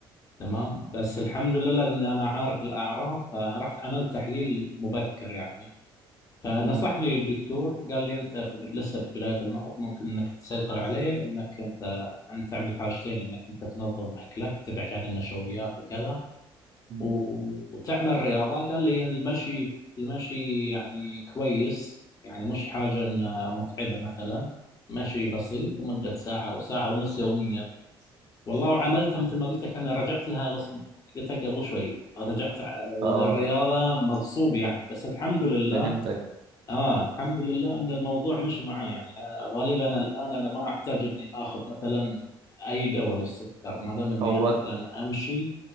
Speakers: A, on the left; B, on the right.
A: تمام بس الحمد لله لأن أنا عارف الأعراض فرحت عملت تحليل مبكر يعني فنصحني
B: مم.
A: الدكتور قال لي أنت في لسه في بداية المرض ممكن أنك تسيطر عليه أنك أنت أن تعمل حاجتين أنك أنت تنظم أكلك تبعد عن النشويات وكذا
B: مم.
A: و... وتعمل رياضة قال لي المشي المشي يعني كويس يعني مش حاجة إن- متعبة مثلا مشي بسيط مدة ساعة أو ساعة ونص يوميا والله وعملتها مثل ما قلت لك انا رجعت لها غصب قلت لك قبل شوي رجعت ع-
B: اه
A: للرياضه مغصوب يعني بس الحمد لله
B: فهمتك
A: اه الحمد لله ان الموضوع مشي معي يعني آه، غالبا الان انا ما احتاج اني اخذ مثلا اي دواء للسكر ما دام اني
B: هو
A: مثلا امشي